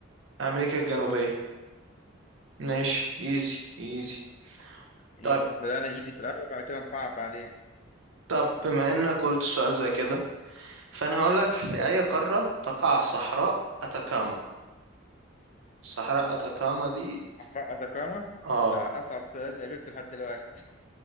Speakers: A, on the right (about 75°); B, on the left (about 35°).
A: أمريكا الجنوبية ماشي ايزي ايزي
B: ايزي
A: طب
B: بدانا ايزي في الاول بعد كده نصعب بعدين
A: طب بما انك قلت سؤال زي كده فانا هقولك في اي قارة تقع صحراء اتاكاما صحراء اتاكاما دي
B: صحراء اتاكاما
A: اه
B: ده اصعب سؤال قابلته لحد دلوقتي